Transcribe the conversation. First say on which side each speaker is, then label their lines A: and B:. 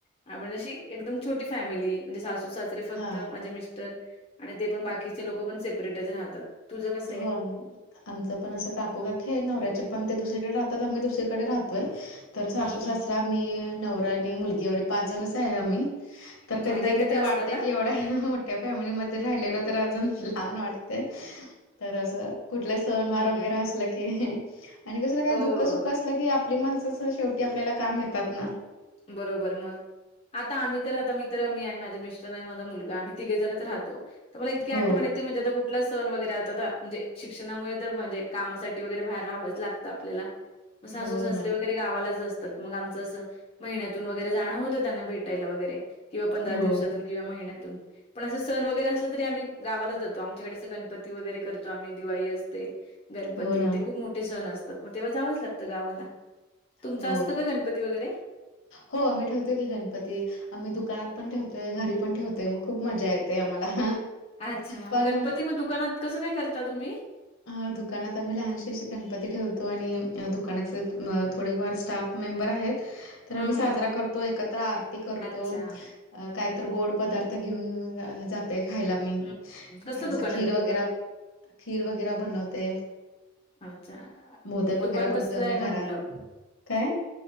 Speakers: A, on the left (about 30°); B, on the left (about 70°).
A: आ पण अशी एकदम छोटी फॅमिली म्हणजे सासू सास तरी फक्त
B: हा
A: माझे मिस्टर आणि ते पण बाकीचे लोक पण सेपरेटच राहतात. तुझं कसं
B: हो.
A: आहे?
B: आमचं पण असं काकू काकी आहे नवऱ्याचे पण ते दुसरीकडे राहतात आम्ही दुसरीकडे राहतोय. तर सासू
A: हं,
B: सासरा
A: हं.
B: मी नवरा आणि मुलगी एवढ पाच जणच आहे आम्ही. तर कधी
A: आता
B: कधी
A: एकत्र
B: ते
A: असता
B: वाटते
A: का?
B: की एवढ्या मोठ्या फॅमिलीमध्ये राहिलेलो तर अजून लहान वाटते. तर असं कुठले सण वार
A: हं.
B: वगैरे असलं की आणि कसं काय
A: हो,
B: दुःख सुख असलं की आपली माणसं शेवटी आपल्याला काम येतात ना.
A: बरोबर मग. आता आम्ही तर राहता मी तर मी आणि माझे मिस्टर नाही माझा मुलगा आम्ही तिघेजणच राहतो. तर मला इतके
B: हो,
A: आठवणत ते म्हजे आता कुठला सण वगैरे आता तर म्हणजे शिक्षणामुळे तर म्हणजे कामासाठी वगैरे बाहेर राहावच लागतं आपल्याला. ग सासू
B: हो
A: सासरे
B: ना.
A: वगैरे गावालाच असतात मग आमच असं महिन्यातून वगैरे जाणं होत. त्यांना भेटायला वगैरे किंवा पंधरा
B: हो,
A: दिवसातून किंवा महिन्यातून. पण असं सण वगैरे असलं तरी आम्ही गावालाच जातो आमच्याकडे असं गणपती वगैरे करतो आम्ही दिवाळी असते. गणपती
B: हो ना.
A: ते खूप मोठे सण असतात मग तेव्हा जावंच लागतं गावाला. तुमचं
B: हो,
A: असतं का गणपती वगैरे.
B: हो. मी ठेवतो की गणपती आम्ही दुकानात पण ठेवतोय, घरी पण ठेवतोय, मग खूप मजा येते आम्हाला.
A: अच्छा!
B: पण
A: मग गणपती मग दुकानात कसं काय करता तुम्ही?
B: अ दुकानात आम्ही लहानशी अशी गणपती ठेवतो. आणि दुकानाचे थोडेफार स्टाफ मेंबर आहेत. तर
A: हं,
B: मी साजरा
A: हं.
B: करतो एकत्र आरती करतो.
A: अच्छा.
B: अ काहीत गोड पदार्थ घेऊन जात खायला मी
A: हं. हं. कसलं
B: असं
A: दुकान
B: खीर
A: आहे तुमचं?
B: वगैरे खीर वगैरे बनवते.
A: अच्छा.
B: मोदक वगैरे
A: दुकान
B: बनतोय
A: कसलं
B: आम्ही
A: आहे
B: घरात.
A: म्हटलं?
B: काय?